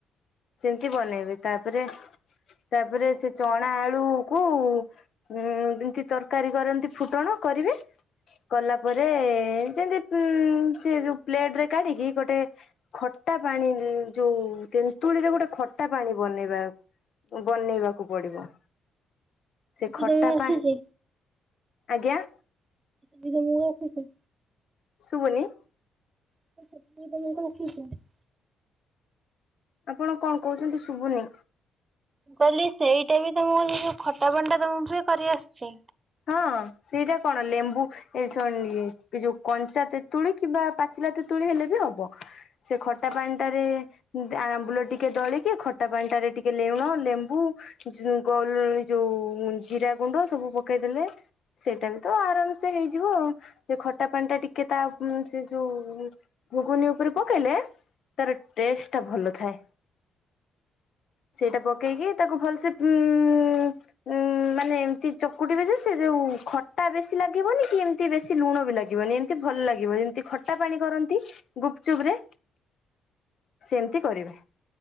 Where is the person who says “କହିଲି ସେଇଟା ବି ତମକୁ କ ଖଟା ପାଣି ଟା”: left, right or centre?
Right